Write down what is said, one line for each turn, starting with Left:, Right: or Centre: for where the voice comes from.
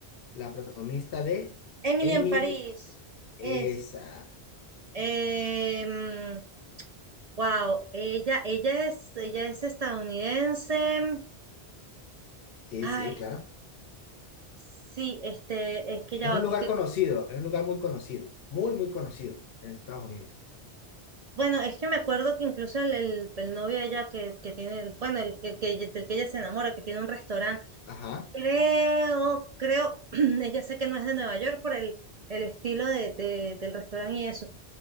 Left: la protagonista de
Right: Emily
Left: Emily?
Right: en París
Left: Esa.
Right: es, em, wow, ella, ella es, ella es estadounidense.
Left: Sí,
Right: Ay,
Left: sí, claro.
Right: Sí, este, es que ya
Left: Es
Right: va,
Left: un lugar
Right: que estoy.
Left: conocido, es un lugar muy conocido, muy, muy conocido en Estados Unidos.
Right: Bueno, es que me acuerdo que incluso el, el, el novio de ella que, que tiene, el, bueno, el, el que, ella- del que ella se enamora, que tiene un restaurante,
Left: Ajá,
Right: creo, creo, <clears throat> ella sé que no es de Nueva York por el, el estilo de, de- del restaurante y eso.